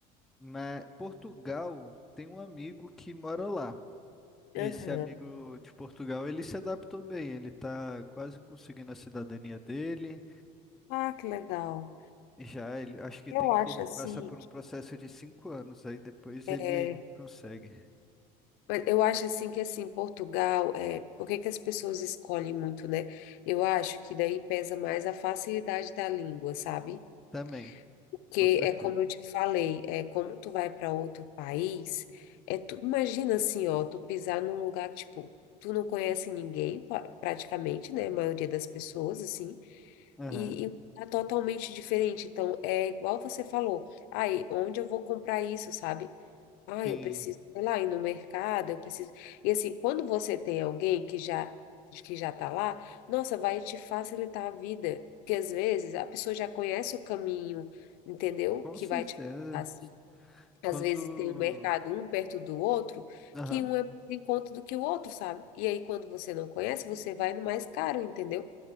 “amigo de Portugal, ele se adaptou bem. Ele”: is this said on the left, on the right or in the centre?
Centre